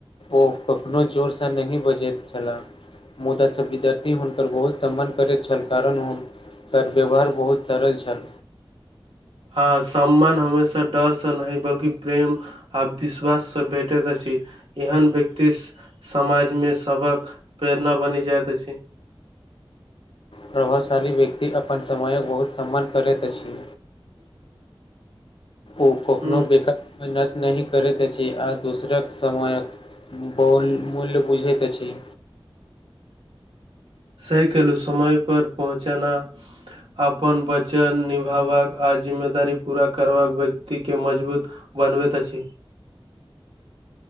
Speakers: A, on the left; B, on the right.
A: ओ कखनो जोरसँ नहि बजैत छललाह मुदासँ विद्यार्थी हुनकर बहुत सम्मान करैत छल कारण एकर व्यवहार बहुत सरल छल
B: हँ सम्मान हमेशा डरसँ नहिी बल्कि प्रेम आ विश्वाससँ भेटैत अछि एहन व्यक्ति- समाज मे सबक प्रेरणा बनि जाइत अछि
A: प्रभावशाली व्यक्ति अपन समयक बहुत सम्मान करैत अछि
B: <inaudible>
A: ओ कखनो
B: हूँ
A: बेकार सम नष् न करे छी आ दूसरक समयक बोल मूल्य बुझैतके अछी।
B: सैकिलो समयपर पहुँचनाा अपन वचन निभबाक आ जिम्मेदारी पूरा करबाक व्यक्तिके मजबूत बनबेत अछै।